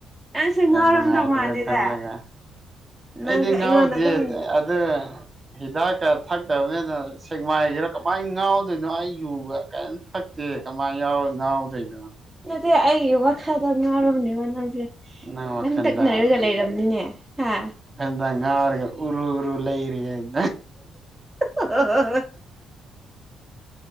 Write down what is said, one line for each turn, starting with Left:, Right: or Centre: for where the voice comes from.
Centre: ꯅꯪꯁꯦ
Right: ꯌꯥꯝ
Centre: ꯉꯥꯎꯔꯝꯗꯧ
Right: ꯣꯡꯉꯥꯏꯗꯤ
Centre: ꯃꯥꯜꯂꯦꯗ
Right: ꯀ ꯈꯦꯜꯂꯒꯦ
Centre: ꯅꯪꯁꯦ
Right: ꯑꯩꯗꯤ
Centre: ꯑꯩꯉꯣꯟꯗ
Right: ꯉꯎꯗꯤꯦ
Centre: ꯑꯗꯨꯝ ꯑꯦ
Right: ꯑꯗꯨꯗ ꯍꯤꯗꯥꯛ ꯊꯛꯇꯕꯅꯤꯅ ꯁꯦꯛꯃꯥꯏꯒꯤꯔ ꯀꯃꯥꯏꯅ ꯉꯥꯎꯗꯣꯏꯅꯣ ꯑꯩ ꯌꯨꯕ ꯀꯔꯤꯝ ꯊꯛꯇꯦ ꯀꯃꯥꯏꯅ ꯅꯅꯥꯎꯗꯅ
Centre: ꯗꯤ ꯑꯩꯒꯤ ꯋꯥꯈꯜꯗ ꯉꯥꯡꯔꯕꯅꯦꯕ ꯅꯪꯁꯦ
Right: ꯅꯪ ꯋꯥꯈꯟꯗ
Centre: ꯂꯪ ꯇꯛꯅꯔꯒ ꯂꯩꯔꯕꯝꯅꯤꯅꯦ ꯍꯥ
Right: <unintelligible> ꯉꯥꯔꯒ ꯎꯔꯨ ꯎꯔꯨ ꯂꯩꯔꯒꯦ
Centre: ꯑ